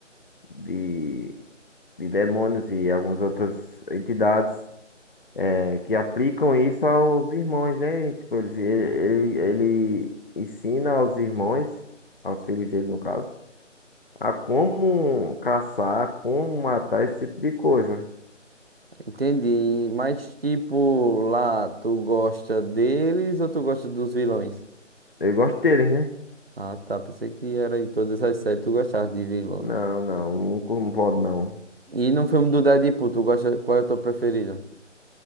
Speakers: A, on the left; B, on the right.
A: de de demônios e algumas outras entidades é, que aplicam isso aos irmãos, né? Tipo, eles- ele, ele, ele ensina aos irmãos, aos filhos dele, no caso, a como caçar, como matar esse tipo de coisa.
B: Entendi. Mas, tipo, lá, tu gosta deles ou tu gosta dos vilões?
A: Eu gosto deles, né?
B: Ah, tá. Pensei que era em todas as séries tu gostava de vilão.
A: Não, não, não, co- não pode não.
B: E no filme do Deadpool, tu gosta, qual é o teu preferido?